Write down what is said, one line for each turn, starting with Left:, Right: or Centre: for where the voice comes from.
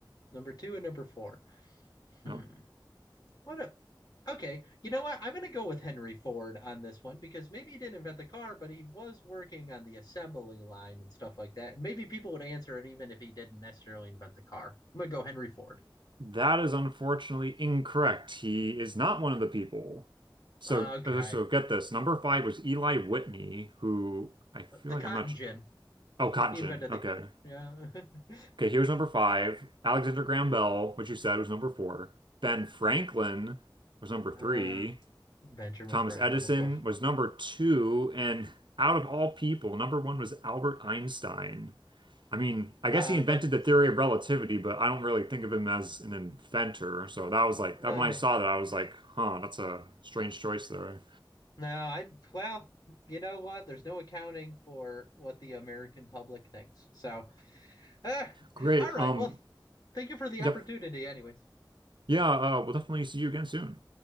Left: number two and number four. Hmm.
Right: No,
Left: What a. Okay, you know what? I'm going to go with Henry Ford on this one because maybe he didn't invent the car, but he was working on the assembly line and stuff like that. Maybe people would answer it even if he didn't necessarily invent the car. I'm going to go Henry Ford.
Right: that is unfortunately incorrect. He is not one of the people. So,
Left: Okay,
Right: uh, so get this. Number five was Eli Whitney, who I feel
Left: the
Right: like
Left: cotton
Right: I'm not. su-
Left: gin.
Right: Oh, Cotton
Left: He
Right: Gin.
Left: invented the.
Right: Okay.
Left: Yeah. <laughs>
Right: Okay, he was number five. Alexander Graham Bell, which you said was number four. Ben Franklin was number
Left: Uh,
Right: three.
Left: Benjamin
Right: Thomas
Left: Franklin,
Right: Edison
Left: of course.
Right: was number two. And out of all people, number one was Albert Einstein. I mean, I
Left: Uh,
Right: guess he invented
Left: the
Right: the theory of relativity, but I don't really think of him as an inventor. So that was like
Left: no,
Right: that when I saw that, I was like, huh, that's a strange choice there.
Left: no, I well, you know what? There's no accounting for what the American public thinks. So, <laughs> ah,
Right: Great.
Left: all right.
Right: Um,
Left: Well, thank you for the
Right: yep.
Left: opportunity, anyways.
Right: Yeah, uh, we'll definitely see you again soon.